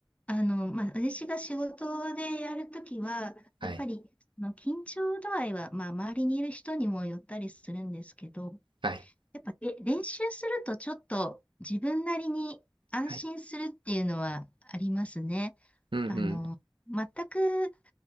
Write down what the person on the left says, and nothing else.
あの、まあ、私が仕事でやるときは、
やっぱり、あの緊張度合いは、まあ、周りにいる人にもよったりするんですけど、
やっぱ、え、練習するとちょっと自分なりに安心するっていうのはありますね。
あの、全く